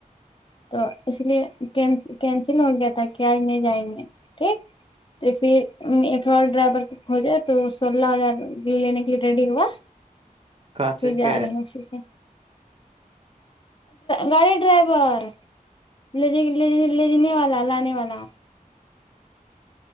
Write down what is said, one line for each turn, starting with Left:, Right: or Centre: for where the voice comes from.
Left: تو اس لیے کینسل ہو گیا تھا کہ آج نہیں جائیں گے ٹھیک تو پھر اٹ ڈرائیور کو کھجے تو سولہ ہزار لینے کے لیے ریڈی ہوا
Right: کا
Left: تو پھر
Right: چیز
Left: جا
Right: کے
Left: رہے ہیں اسی سے گاڑی ڈرائیور لےے لے دینے والا لانے والا